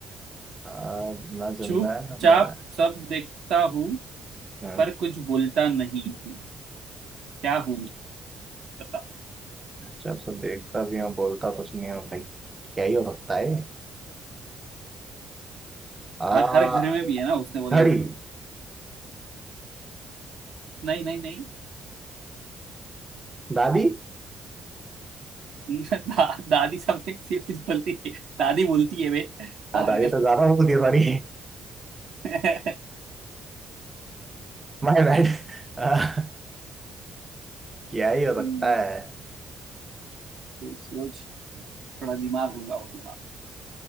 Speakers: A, on the right; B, on the right.
A: आ, ना जिंदा
B: चुपचाप
A: है ना मरा है
B: सब देखता हूँ
A: हम्म,
B: पर कुछ बोलता नहीं हूँ क्या हूँ मैं बताओ
A: जब से देखता भी हूँ बोलता कुछ नहीं हूँ भाई क्या ही हो सकता है आ
B: हर हर घर में भी है ना उसने बोला
A: घड़ी
B: नहीं नहीं नहीं
A: दादी
B: <laughs> दा, दादी समथिंग से कुछ बोलती है दादी बोलती है वे पागल
A: हाँ दादी तो ज्यादा बोलती है सॉरी
B: <laughs>
A: My bad <laughs> क्या ही हो सकता
B: हम्म,
A: है
B: सोच सोच, थोड़ा दिमाग लगाओ दिमाग